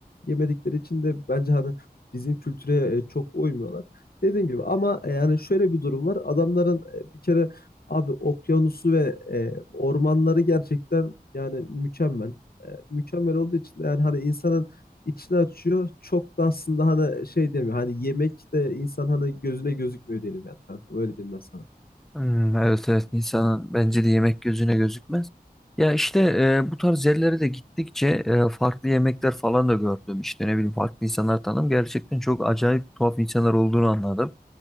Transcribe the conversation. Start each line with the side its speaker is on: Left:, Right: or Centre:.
Left: Yemedikleri için de bence hani bizim kültüre e, çok uymuyorlar. Dediğim gibi ama e, yani şöyle bir durum var. Adamların e, bir kere abi okyanusu ve e, ormanları gerçekten yani mükemmel. E, mükemmel olduğu için de yani hani insanın içini açıyor. Çok da aslında hani şey demiyor. Hani yemek de insan hani gözüne gözükmüyor diyelim yani kankam. Öyle diyeyim ben sana.
Centre: Hmm, evet evet insanın bence de yemek gözüne gözükmez. Ya işte e, bu tarz yerlere de gittikçe e, farklı yemekler falan da gördüm. İşte ne bileyim farklı insanlar tanıdım. Gerçekten çok acayip tuhaf insanlar olduğunu anladım.